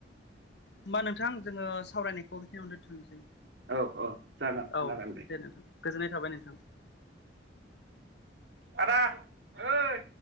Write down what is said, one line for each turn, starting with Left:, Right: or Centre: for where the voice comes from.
Left: होमबा नोंथां जोङो सावरायनायखौ बेखिनियावनो दोनथ'नोसै।
Right: औ औ जागोन
Left: औ
Right: जागोन
Left: दे नोंथां। गोजोननाय थाबाय नोंथां।
Right: आदा ओइ